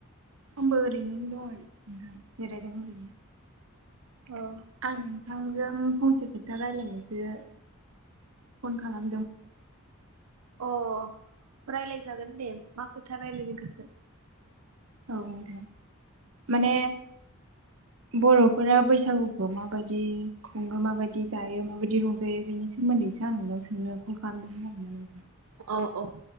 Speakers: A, on the right; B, on the right.
A: आबो ओरैनो दं नोंथां जेरायदों ओरैनो
B: औ
A: आं नोंथांजों फंसे खोथा रायजलायनोसो फन खालाम
B: अह रायलाय जागोन दे मा खोथा रायलायनो गोसो
A: औ दे माने बर' फोरा बैसागुखौ माबायदि खुङो माबायदि जायो माबायदि रंजायो बेनि सोमोन्दैसो आं नोंनाव सोंनो कल खालामदोंमोन आरोना नोंथां
B: अ अ